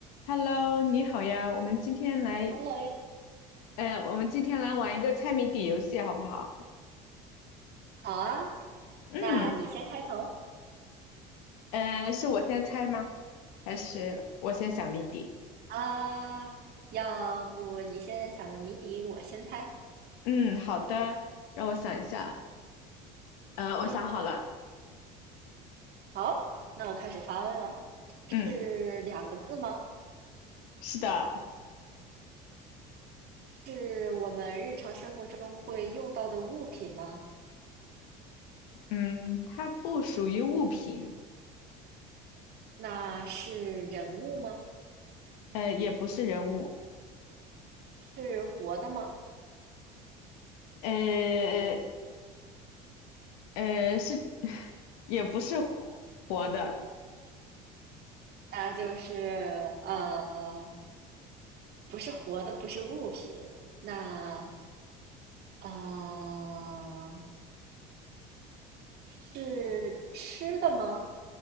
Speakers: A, on the left; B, on the right.
A: Hello，你好呀，我们今天来，
B: Hello 呀，
A: 呃，我们今天来玩一个猜谜底游戏，好不好？
B: 好啊，
A: 嗯，
B: 那你先开头
A: 呃，是我先猜吗？还是我先想谜底？
B: 啊，要不你先想个谜底，我先猜。
A: 嗯，好的，让我想一下。呃，我想好了。
B: 嗯，好，那我开始发问了。
A: 嗯，
B: 是两个字吗？
A: 是的，
B: 是我们日常生活中会用到的物品吗？
A: 嗯，它不属于物品，
B: 那是人物吗？
A: 呃，也不是人物，
B: 是活的吗？
A: 呃呃，是，<laughs> 也不是活的。
B: 那就是呃，不是活的，不是物品。那啊，是吃的吗